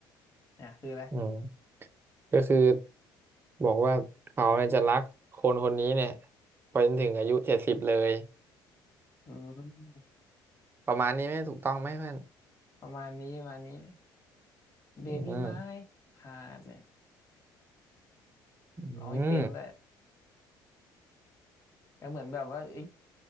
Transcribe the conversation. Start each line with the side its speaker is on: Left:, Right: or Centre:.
Left: เนี่ยคืออะไร
Right: อืมก็คือบอกว่าเขาเนี่ยจะรักคนคนนี้เนี่ยไปจนถึงอายุเจ็ดสิบเลย
Left: อืม
Right: ประมาณนี้ไหมถูกต้องไหมเพื่อน
Left: ประมาณนี้ประมาณนี้ Baby
Right: อืม
Left: my heart เนี่ย
Right: อืม
Left: ร้องไม่เป็นเลยก็เหมือนแบบว่าเอ้ย